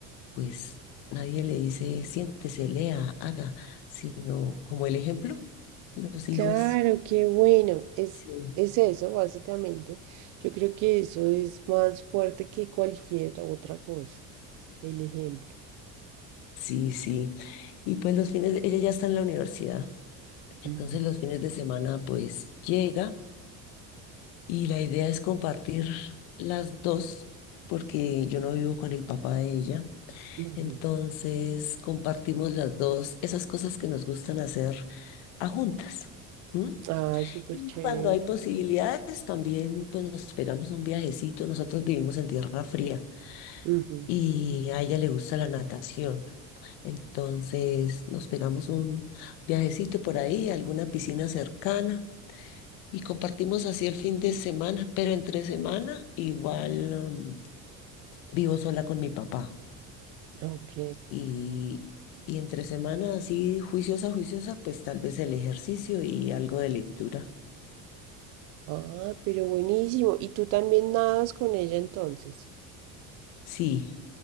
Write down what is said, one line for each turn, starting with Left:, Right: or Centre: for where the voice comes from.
Left: pues nadie le dice siéntese, lea, haga, sino como el ejemplo, los
Right: Claro,
Left: hijos,
Right: qué bueno. Es,
Left: sí,
Right: es eso, básicamente. Yo creo que eso es más fuerte que cualquier otra cosa. El ejemplo.
Left: sí, sí. Y pues los fines, de- ella ya está en la universidad, entonces
Right: Ujú,
Left: los fines de semana pues llega y la idea es compartir las dos, porque yo no vivo con el papá de ella.
Right: ujú.
Left: Entonces compartimos las dos, esas cosas que nos gustan hacer a juntas. ¿m?
Right: Ah, súper
Left: Y
Right: chévere.
Left: cuando hay posibilidades, también pues nos pegamos un viajecito. Nosotros vivimos en tierra fría
Right: Ujú,
Left: y a ella le gusta la natación. Entonces nos pegamos un viajecito por ahí, a alguna piscina cercana y compartimos así el fin de semana. Pero entre semana igual um, vivo sola con mi papá.
Right: Ok.
Left: Y, y entre semana así juiciosa, juiciosa, pues tal vez el ejercicio y algo de lectura.
Right: Ah, pero buenísimo. ¿Y tú también nadas con ella entonces?
Left: Sí,